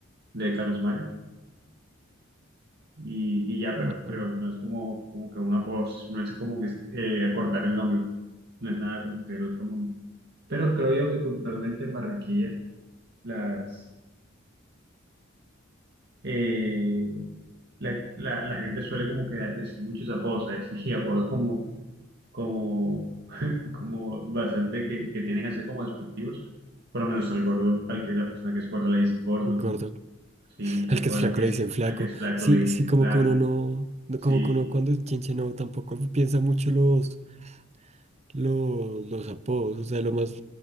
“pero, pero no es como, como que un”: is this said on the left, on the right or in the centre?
Right